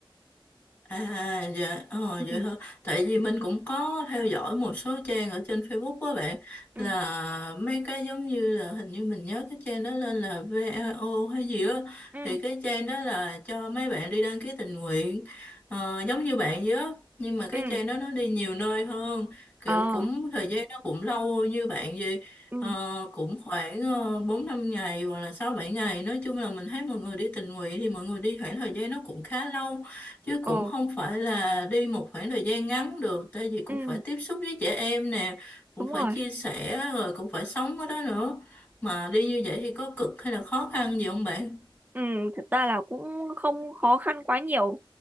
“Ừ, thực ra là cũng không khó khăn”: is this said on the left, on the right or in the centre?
Right